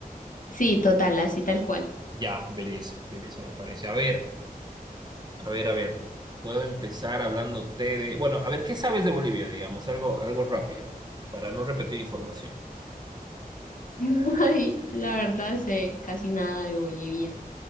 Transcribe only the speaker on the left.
Sí, total, así tal cual.
<laughs> Ay, la verdad sé casi nada de Bolivia.